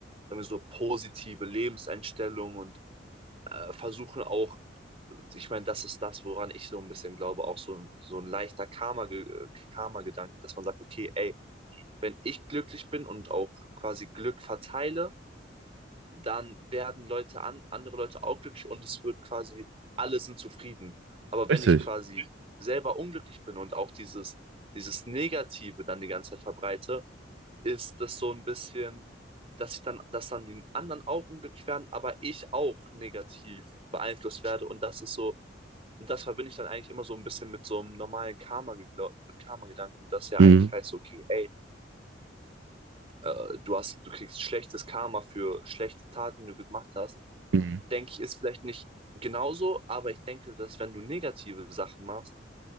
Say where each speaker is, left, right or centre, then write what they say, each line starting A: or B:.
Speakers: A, on the right; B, on the right.
A: sagen wir so positive Lebenseinstellung und äh, versuchen auch, ich meine, das ist das, woran ich so ein bisschen glaube, auch so ein, so ein leichter Karma, Karma-Gedanke, dass man sagt, okay, ey, wenn ich glücklich bin und auch quasi Glück verteile, dann werden Leute an, andere Leute auch glücklich und es wird quasi, alle sind zufrieden. Aber
B: Richtig.
A: wenn ich quasi selber unglücklich bin und auch dieses, dieses Negative dann die ganze Zeit verbreite, ist das so ein bisschen, dass ich dann, dass dann die anderen auch unglücklich werden, aber ich auch negativ beeinflusst werde. Und das ist so, und das verbinde ich dann eigentlich immer so ein bisschen mit so einem normalen Karma-Gedanken, Karma das ja
B: Mhm.
A: eigentlich heißt, okay, ey, äh, du hast, du kriegst schlechtes Karma für schlechte Taten, die du gemacht hast,
B: Mhm.
A: denke ich, ist vielleicht nicht genauso, aber ich denke, dass wenn du negative Sachen machst